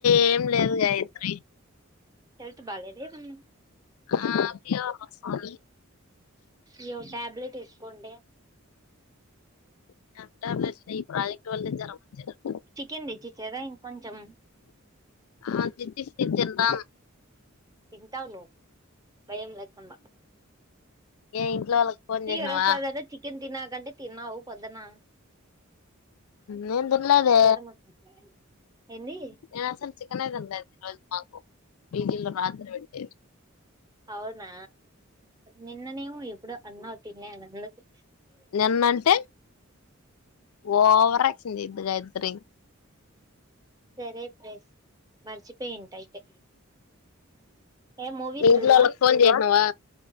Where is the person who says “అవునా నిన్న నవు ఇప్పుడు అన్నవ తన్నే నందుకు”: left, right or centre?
Right